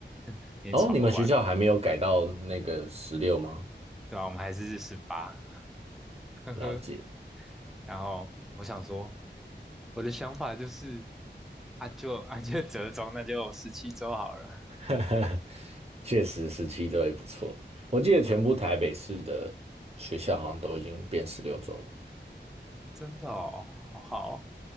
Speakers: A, in the centre; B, on the right (about 35°).
A: <laughs> 也吵不完。
B: 哦，你们学校还没有改到那个十六吗？
A: 对吧？我们还是十八，呵呵。
B: 了解，
A: 然后我想说，我的想法就是，啊就啊就折中，那就十七周好了。
B: <laughs> 确实十七周也不错。我记得全部台北市的学校好像都已经变十六周了。
A: 真的哦，好好，